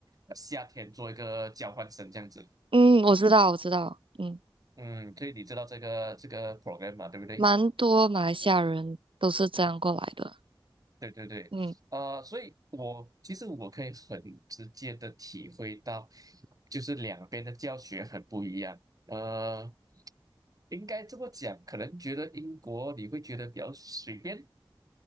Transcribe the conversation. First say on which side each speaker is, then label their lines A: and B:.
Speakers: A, on the right; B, on the right.
A: 呃夏天做一个交换生这样子。
B: 嗯，我知道我知道，嗯，
A: 嗯，所以你知道这个这个 program 嘛，对不对？
B: 蛮多马来西亚人都是这样过来的，
A: 对对对，
B: 嗯。
A: 呃，所以我其实我可以很直接的体会到，就是两边的教学很不一样。呃，应该这么讲，可能觉得英国你会觉得比较随便，